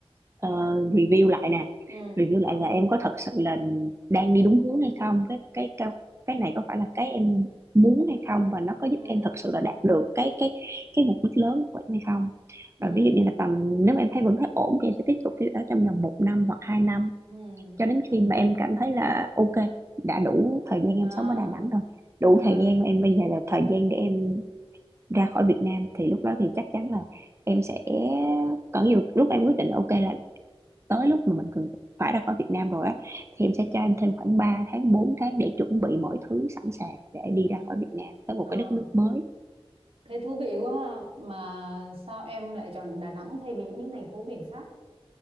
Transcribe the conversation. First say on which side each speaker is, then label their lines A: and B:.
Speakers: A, on the right (about 25°); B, on the right (about 65°).
A: ờ, review lại nè
B: Ừ.
A: review lại là em có thật sự là đang đi đúng hướng hay không cái cái cái cái này có phải là cái em muốn hay không và nó có giúp
B: Ừ.
A: em thật sự là đạt được cái cái cái mục đích lớn của em hay không
B: Ừ.
A: rồi ví dụ như là tầm nếu mà em thấy vẫn thấy ổn thì em sẽ tiếp tục cái đó trong vòng một năm hoặc hai năm
B: Ừ.
A: cho đến
B: Thử-
A: khi mà em cảm thấy là ok đã đủ thời gian em
B: À.
A: sống ở Đà Nẵng rồi đủ
B: À.
A: thời gian mà em bây giờ là thời gian để em ra khỏi Việt Nam thì lúc đó thì chắc chắn là em sẽ có nhiều lúc em quyết định ok là tới lúc mà mình cần phải ra khỏi Việt Nam rồi á thì em sẽ cho anh thêm khoảng 3 tháng 4 tháng để chuẩn bị mọi thứ sẵn sàng để đi
B: Ừ.
A: ra khỏi Việt Nam tới một
B: Ờ,
A: cái đất nước mới
B: Thấy thú vị quá ha. Mà sao em lại chọn Đà Nẵng thay vì những thành phố biển khác?